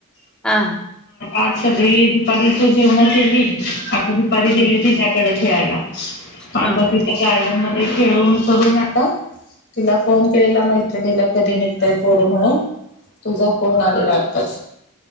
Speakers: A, in the centre; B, on the left (about 50°).
A: हां.
B: आज सगळी दुपारी इथं जेवण केली. आता दुपारी
A: हं,
B: गेले तिच्या्कडेच खेळायला आता
A: हं,
B: तिच्या गार्डन मध्ये. ते खेळून करू नका तिला फोन केलेला मैत्रिणीला कधी निघताय पोरं म्हणून तुझा फोन आलेला आताात.